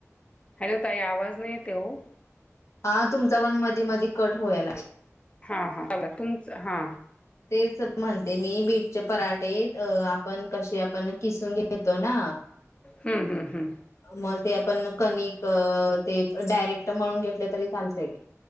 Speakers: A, on the left; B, on the left.
A: हॅलो ताई आवाज नाही येते हो.
B: हा तुमचा पण मधी मधी कट व्हाय लाग.
A: हा हा बघ तुमच हा.
B: तेच म्हणते मी बीटचे पराठे आपण कसे आपण किसून घेतो ना
A: हं, हं, हं.
B: म ते आपण कणिक ते डायरेक्ट म्हणून घेतले तरी चालतय का